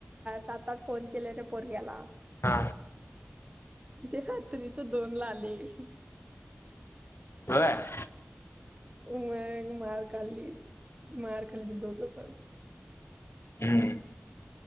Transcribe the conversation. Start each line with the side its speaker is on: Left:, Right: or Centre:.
Right: सात आठ फोन केले पोरग्याला.
Left: हा.
Right: ते हात्रीच दोन ला आलं. हं
Left: ह
Right: म मार खाल्ली मार खाली दोग पन
Left: हम्म